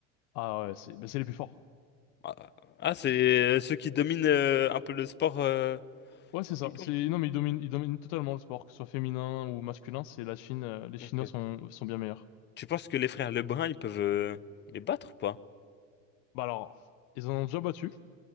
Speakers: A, on the left; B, on the left.
A: Ah ouais, c'est, bah, c'est les plus forts.
B: Ah, ah, c'est euh, ceux qui dominent euh, un peu le sport euh,
A: Ouais, c'est ça.
B: ping-pong.
A: C'est non, mais ils dominent, ils dominent totalement le sport, que ce soit féminin ou masculin. C'est la Chine. euh, les Chinois
B: Ok.
A: sont sont bien meilleurs.
B: Tu penses que les frères Lebrun, ils peuvent euh, les battre ou pas?
A: Bah alors, ils en ont déjà battu